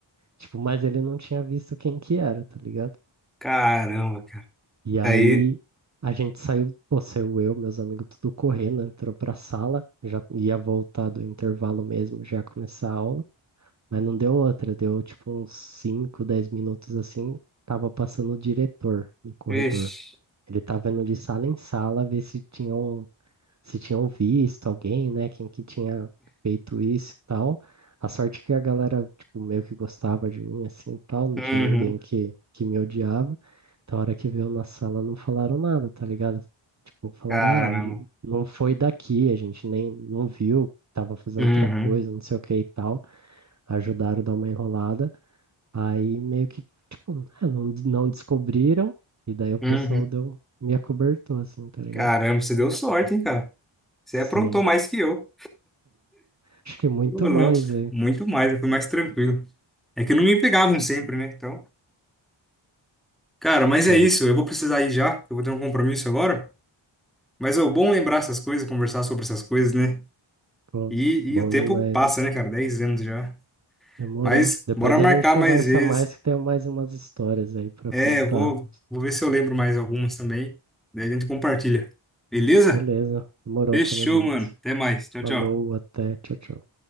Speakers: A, on the right; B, in the centre.
A: Tipo, mas ele não tinha visto quem que era, tá ligado?
B: Caramba, cara.
A: E aí
B: Aí,
A: a gente saiu, pô, saiu eu, meus amigos, tudo correndo, entrou pra sala, já ia voltar do intervalo mesmo, já ia começar a aula, mas não deu outra, deu tipo uns 5, 10 minutos assim, tava passando o diretor no corredor.
B: vixe.
A: Ele tava indo de sala em sala ver se tinham se tinham visto alguém, né? Quem que tinha feito isso e tal. A sorte que a galera, tipo, meio que gostava de mim, assim, e tal. Não
B: Uhum.
A: tinha ninguém que, que me odiava. Então, a hora que veio na sala, não falaram nada, tá ligado? Tipo, falaram,
B: Caramba.
A: ah, não foi daqui, a gente nem não viu, tava fazendo
B: Uhum.
A: outra coisa, não sei o que e tal. Ajudaram a dar uma enrolada. Aí, meio que, tipo, ah, não, não descobriram. E daí o pessoal
B: Uhum.
A: deu, me acobertou, assim, tá ligado?
B: Caramba, você deu sorte, hein, cara? Você
A: Sim.
B: aprontou mais que eu.
A: Acho que muito
B: Ô, louco.
A: mais aí.
B: Muito mais, eu fui mais tranquilo. É que não me pegavam sempre, né? Então, cara, mas
A: Sim.
B: é isso. Eu vou precisar ir já. Eu vou ter um compromisso agora. Mas é bom lembrar essas coisas, conversar sobre essas coisas, né?
A: Pô,
B: E,
A: bom
B: e o tempo
A: demais,
B: passa,
A: né?
B: né, cara? 10 anos já.
A: Demorou.
B: Mas
A: Depois
B: bora marcar
A: a gente conversa
B: mais vezes.
A: mais que tem mais umas histórias aí pra
B: É,
A: contar.
B: eu vou, vou ver se eu lembro mais algumas também. Daí a gente compartilha. Beleza?
A: Beleza. Demorou,
B: Fechou,
A: tamo junto.
B: mano. Até mais. Tchau,
A: Falou,
B: tchau.
A: até. Tchau, tchau.